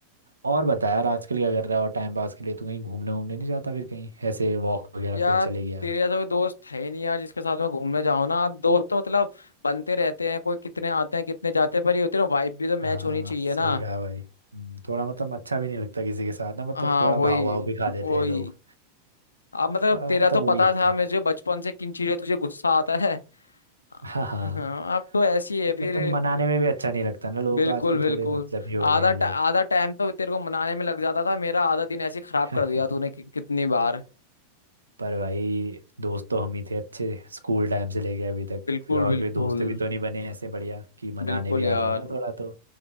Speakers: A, on the right; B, on the left.
A: और बता यार आजकल क्या कर रहा है और टाइम पास के लिए तू कहीं घूमने वूमने नहीं जाता फिर कहीं ऐसे वॉक वगैरह
B: यार
A: पे चले गया
B: तेरे जैसा कोई दोस्त है ही नहीं यार जिसके साथ मैं घूमने जाऊं ना आप दोस्त तो मतलब बनते रहते हैं कोई कितने आते हैं कितने जाते हैं पर ये होते हैं वाइब भी तो मैच
A: हाँ
B: होनी चाहिए
A: सही
B: ना
A: कहा भाई हम्म, थोड़ा मतलब अच्छा भी नहीं लगता किसी के साथ ना मतलब
B: हाँ
A: थोड़ा
B: वही
A: भाव भाव भी खा देते
B: वही
A: हैं लोग
B: आप मतलब
A: थोड़ा
B: तेरा
A: मतलब
B: तो पता
A: वही
B: था
A: है
B: मुझे
A: <laughs>
B: बचपन से किन चीजों तुझे गुस्सा आता है हाँ
A: हाँ हाँ
B: अब तो ऐसी है फिर
A: मतलब मनाने में भी अच्छा नहीं लगता ना लोगों
B: बिल्कुल
A: को आज के
B: बिल्कुल
A: थोड़े मतलब ही हो गए
B: आधा
A: हैं
B: टा-
A: लोग
B: आधा टाइम तो तेरे को मनाने में लग जाता था मेरा आधा दिन ऐसे ही खराब
A: <laughs>
B: कर दिया तूने कि, कितनी बार
A: पर भाई दोस्त तो हम ही थे अच्छे स्कूल टाइम से लेके अभी तक
B: बिल्कुल
A: फिर और
B: बिल्कुल
A: कोई दोस्त भी तो नहीं बने ऐसे बढ़िया कि मनाने
B: बिल्कुल
A: भी आ
B: यार
A: जाओ ना थोड़ा तो